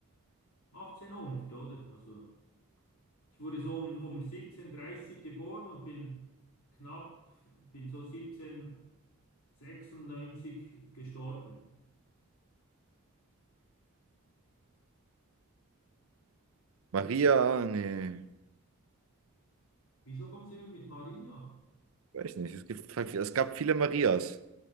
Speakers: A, on the left; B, on the right.
A: 1800, oder? Also ich wurde so um, um 1730 geboren und bin knapp, bin so siebzehn sechsundneunzig gestorben.
B: Maria, nee,
A: Wieso kommen Sie immer mit Maria?
B: weiß nicht. Es gibt, halt, es gab viele Marias.